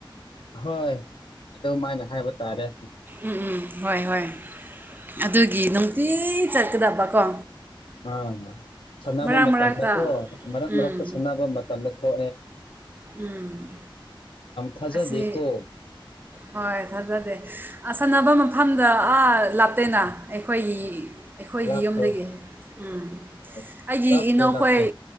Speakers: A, on the left (about 70°); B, on the right (about 20°).
A: ꯍꯣꯏ ꯑꯗꯨꯃꯥꯏꯅ ꯍꯥꯏꯕ ꯇꯥꯔꯦ
B: ꯎꯝ ꯎꯝ ꯍꯣꯏ ꯍꯣꯏ ꯑꯗꯨꯒꯤ ꯅꯨꯡꯇꯤ ꯆꯠꯀꯗꯕꯀꯣ
A: ꯑ ꯁꯥꯟꯅꯕ
B: ꯃꯔꯛ
A: ꯃꯇꯝꯗꯠꯇꯣ
B: ꯃꯔꯛꯇ
A: ꯃꯔꯛ
B: ꯎꯝ
A: ꯃꯔꯛꯇ ꯁꯥꯟꯅꯕ ꯃꯇꯝꯗ ꯐ
B: ꯎꯝ
A: ꯊꯥꯖꯗꯦꯀꯣ
B: ꯑꯁꯤ ꯍꯣꯏ ꯊꯥꯖꯗꯦ ꯁꯥꯟꯅꯕ ꯃꯐꯝꯗ ꯑꯥ ꯂꯥꯞꯇꯦꯅ ꯑꯩꯈꯣꯏꯒꯤ ꯑꯩꯈꯣꯏꯒꯤ
A: ꯂꯥꯛꯇꯦ
B: ꯌꯨꯝꯗꯒꯤ ꯎꯝ
A: ꯑꯣ
B: ꯑꯩꯒꯤ
A: ꯂꯥꯛꯇꯦ
B: ꯏꯅꯧꯈꯣꯏ
A: ꯂꯥꯛꯇꯦ